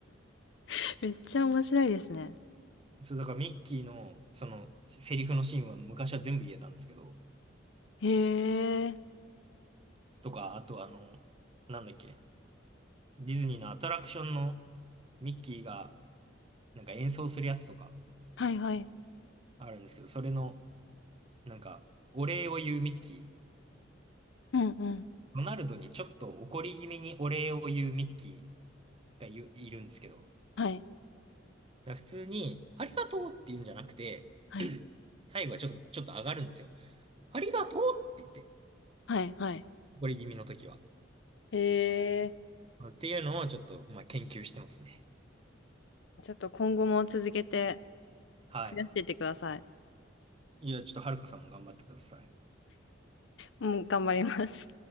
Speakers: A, on the left; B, on the right.
A: <laughs> めっちゃ面白いですね。
B: そう、だからミッキーの、その、セリフのシーンは昔は全部言えたんですけど、
A: へえ。
B: とか、あとあの、なんだっけ、ディズニーのアトラクションのミッキーが、なんか演奏するやつとか
A: はいはい。
B: あるんですけど、それの、なんか、お礼を言うミッキー、
A: うんうん。
B: ドナルドにちょっと怒り気味にお礼を言うミッキーがゆいるんですけど、
A: はい。
B: だから普通に、ありがとうって言うんじゃなくて、
A: はい。
B: <clears throat> 最後はちょっと、ちょっと上がるんですよ。ありがとうって言って、
A: はいはい。
B: 怒り気味の時は。
A: へえ。
B: っていうのをちょっと、まあ、研究してますね。
A: ちょっと今後も続けて
B: はい。
A: 増やしていってください。
B: いや、ちょっとはるかさんも頑張ってください。
A: もうん、頑張ります。